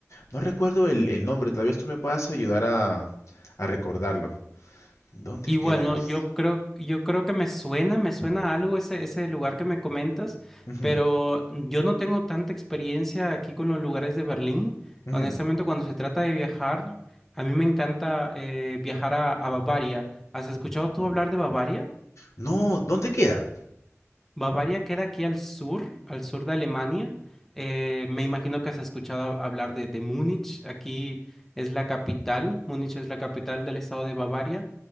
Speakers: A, on the left; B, in the centre.
A: No recuerdo el, el nombre, tal vez tú me puedas ayudar a, a recordarlo. ¿Dónde
B: Igual,
A: es que era
B: no,
A: eso?
B: yo creo, yo creo que me suena, me suena algo ese, ese lugar que me comentas,
A: Ujú,
B: pero yo no tengo tanta experiencia aquí con los lugares de Berlín.
A: ujú.
B: Honestamente, cuando se trata de viajar, a mí me encanta eh, viajar a, a Bavaria. ¿Has escuchado tú hablar de Bavaria?
A: No, ¿dónde queda?
B: Bavaria queda aquí al sur, al sur de Alemania. Eh, me imagino que has escuchado hab- hablar de, de Múnich. Aquí es la capital. Múnich es la capital del estado de Bavaria.